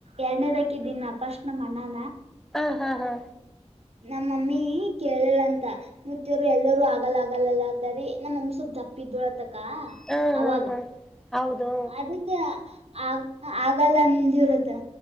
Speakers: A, on the right (about 60°); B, in the centre.
A: ಎರಡನೇದಕ್ಕ ದಿನ ಫಸ್ಟ್ ನಮ್ಮನ
B: ಹ ಹಾ ಹಾ
A: ನಮ್ಮಮ್ಮಿ ಕೇಳಳಂತ ನತ್ಯರು ಎಲ್ಲರುೂ ಆಗಲ್ಲ ಆಗಲ್ಲಲ್ಲತ್ತರಿ ನಮ್ಮಮ್ಮಿ ಸ್ವಲ್ಪ್ ದಪ್ಪ ಇದಳತ ಕ
B: ಹಾ
A: ಅವಾಗ
B: ಹಾ ಹಾ ಹೌದು
A: ಅದಕ್ಕೆ ಆಗ ಆಗಲ್ಲ ಅಂದ ಇರುತ್ತ